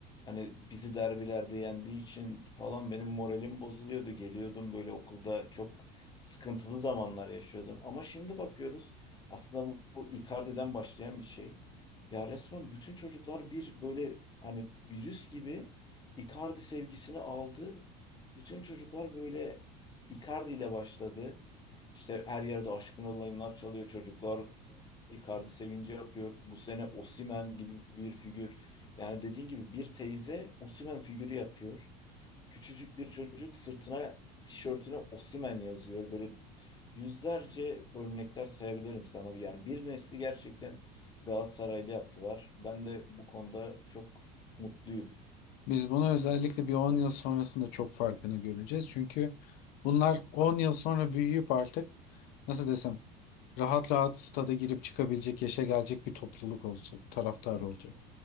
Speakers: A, on the left; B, on the left.
A: hani bizi derbilerde yendiği için falan benim moralim bozuluyordu. Geliyordum böyle okulda çok sıkıntılı zamanlar yaşıyordum. Ama şimdi bakıyoruz aslında bu, bu Icardi'den başlayan bir şey. Ya resmen bütün çocuklar bir böyle hani virüs gibi Icardi sevgisini aldı. Bütün çocuklar böyle Icardi ile başladı. İşte her yerde aşkın olayımlar çalıyor çocuklar. Icardi sevinci yapıyor. Bu sene Osimhen gibi bir figür. Yani dediğin gibi bir teyze Osimhen figürü yapıyor. Küçücük bir çocuk sırtına tişörtüne Osimhen yazıyor. Böyle yüzlerce örnekler sayabilirim sana. Yani bir nesli gerçekten Galatasaraylı yaptılar. Ben de bu konuda çok mutluyum.
B: Biz bunu özellikle bir 10 yıl sonrasında çok farkını göreceğiz. Çünkü bunlar 10 yıl sonra büyüyüp artık nasıl desem rahat rahat stada girip çıkabilecek yaşa gelecek bir topluluk olacak, taraftar olacak.